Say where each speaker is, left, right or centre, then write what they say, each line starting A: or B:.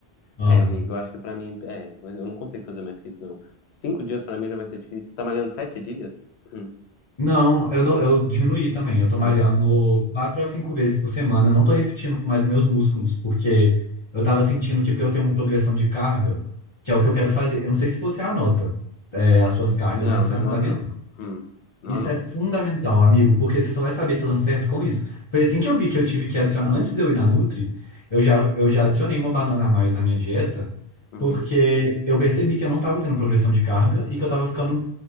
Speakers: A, on the left (about 35°); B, on the left (about 85°).
A: Amo.
B: É, amigo, eu acho que pra mim. É, mas eu não consigo fazer mais que isso, não. Cinco dias pra mim já vai ser difícil. Você tá malhando sete dias? Hum.
A: Não, eu, dou- eu diminuí também. Eu tô
B: Ah,
A: malhando
B: tá.
A: quatro a cinco vezes por semana. Eu não tô repetindo mais meus músculos, porque eu tava sentindo que pra eu ter uma progressão de carga, que é o que eu quero fazer. Eu não sei se você anota, é, as suas
B: Não,
A: cargas, mas isso
B: não
A: é fundamental.
B: anoto, não. Hum. Não
A: Isso
B: anoto.
A: é fundamental, amigo, porque você só vai saber se tá dando certo com isso. Foi assim que eu vi que eu tive que adicionar. Antes de eu ir na Nutri, eu já, eu já adicionei uma banana a mais na minha dieta,
B: Uhum.
A: porque eu percebi que eu não tava tendo progressão de carga e que eu tava ficando